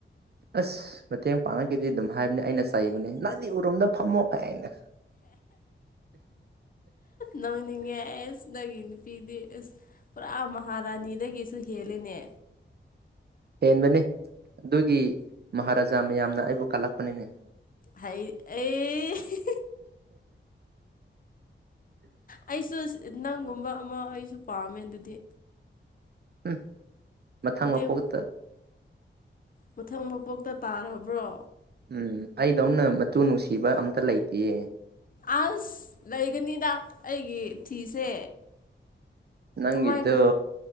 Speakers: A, on the right; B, on the left.
A: ꯑꯥꯁ ꯃꯇꯦꯡ ꯄꯥꯡꯉꯛꯈꯤꯗꯤ ꯑꯗꯨꯝ ꯍꯥꯏꯕꯅꯦ ꯑꯩꯅ ꯆꯩꯕꯅꯦ ꯅꯪꯗꯤ ꯎꯔꯣꯝꯗ ꯐꯝꯃꯣ ꯀꯥꯏ ꯍꯥꯏꯅ
B: ꯅꯪꯅꯤꯡꯉꯦꯁꯦ ꯅꯪꯒꯤ ꯅꯨꯄꯤꯗꯤ ꯑꯁ ꯄꯨꯔꯥ ꯃꯍꯥꯔꯥꯅꯤꯗꯒꯤꯁꯨ ꯍꯦꯜꯂꯤꯅꯦ
A: ꯍꯦꯟꯕꯅꯤ ꯑꯗꯨꯒꯤ ꯃꯍꯥꯔꯥꯖꯥ ꯃꯌꯥꯝꯅ ꯑꯩꯕꯨ ꯀꯜꯂꯛꯄꯅꯦꯅꯦ
B: ꯍꯥꯏ ꯑꯦ ꯑꯩꯁꯨ ꯅꯪꯒꯨꯝꯕ ꯑꯃꯥ ꯑꯩꯁꯨ ꯄꯥꯝꯃꯦ ꯑꯗꯨꯗꯤ
A: ꯎꯝ ꯃꯊꯪ
B: ꯃꯇꯦꯡ
A: ꯃꯄꯣꯛꯇꯥ
B: ꯃꯊꯪ ꯃꯕꯣꯛꯇ ꯇꯥꯔꯕ꯭ꯔꯣ
A: ꯎꯝ ꯑꯩꯗꯧꯅꯥ ꯃꯨ ꯅꯨꯡꯁꯤꯕ ꯑꯝꯇ ꯂꯩꯇꯦꯌꯦ
B: ꯑꯥꯁ ꯂꯩꯒꯅꯤꯗ ꯑꯩꯒꯤ ꯊꯤꯁꯦ
A: ꯅꯪꯒꯤꯗꯨ
B: ꯀꯃꯥꯏ ꯀꯃ